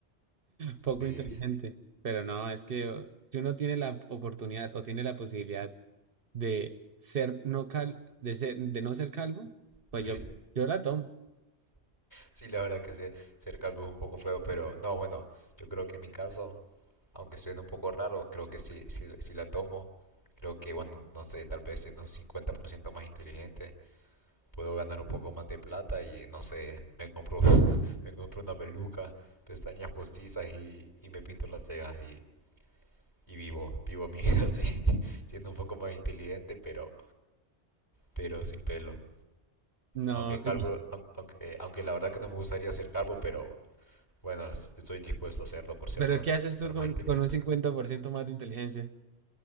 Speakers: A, on the right; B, on the left.
A: poco
B: Sí,
A: inteligente. Pero no, es que uh, si uno tiene la oportunidad o tiene la posibilidad de ser no cal, de ser, de no ser calvo, pues
B: sí.
A: yo, yo la tomo.
B: Sí, la verdad que sí. se, ser calvo es un poco feo, pero no, bueno, yo creo que en mi caso aunque suene un poco raro, creo que si, si, si la tomo, creo que, bueno, no sé, tal vez siendo un 50% más inteligente, puedo ganar un poco más de plata y, no sé, me compro, <laughs> me compro una peluca, pestañas postizas y, y me pinto las cejas y, y vivo, vivo mi vida así, <laughs> siendo un poco más inteligente, pero, pero sin pelo.
A: No,
B: Aunque calvo,
A: <laughs>
B: aun- aunque, aunque la verdad que no me gustaría ser calvo, pero bueno, s- estoy dispuesto a hacerlo por ser
A: pero
B: más,
A: ¿qué haces
B: ser
A: tú con,
B: más inteligente.
A: con un 50% más de inteligencia?